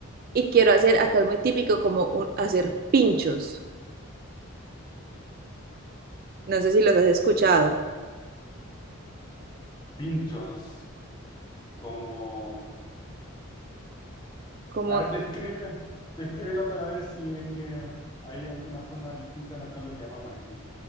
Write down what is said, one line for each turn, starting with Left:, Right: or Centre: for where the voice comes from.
Right: y quiero hacer, acá es muy típico, como un- hacer pinchos. No sé si los has escuchado.
Left: Pinchos como...
Right: Como
Left: A ver, describe, descríbelo para ver si es que hay alguna forma distinta en la cual lo llamamos aquí.